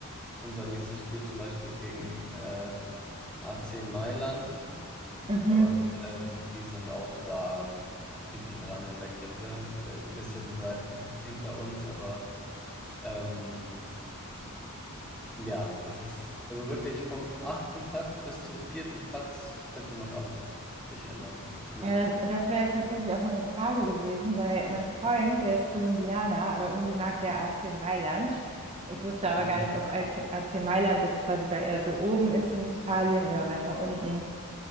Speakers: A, in the centre; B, on the right.
A: unser nächstes Spiel zum Beispiel ist gegen äh, AC Mailand.
B: Mhm.
A: Und ähm, die sind auch da hinten dran in der Kette, vielleicht ein bisschen weit hinter uns, aber ähm, ja, es ist also wirklich vom achten Platz bis zum vierten Platz könnte noch alles sich ändern. Ja,
B: Ja, das, das wäre jetzt tatsächlich auch meine Frage gewesen, weil mein Freund, der ist Kolumbianer, aber irgendwie mag der AC Mailand. Ich wusste aber
A: mhm.
B: gar nicht, ob AC, AC Mailand jetzt quasi da eher so oben ist in Italien oder weiter unten.